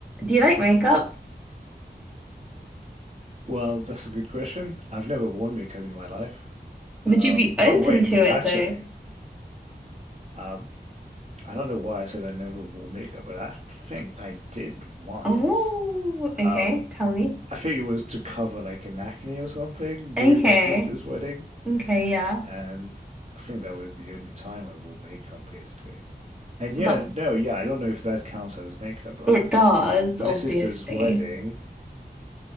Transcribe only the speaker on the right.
Well, that's a good question. I've never worn makeup in my life.
Um,
oh, wait,
actually,
um, I don't know why I said I never wore makeup, but I think I did once.
Um,
I think it was to cover like an acne or something during
my sister's wedding,
and I think that was the only time I wore makeup basically. And yeah,
no, yeah, I don't know if that counts as makeup, but
my
sister's wedding,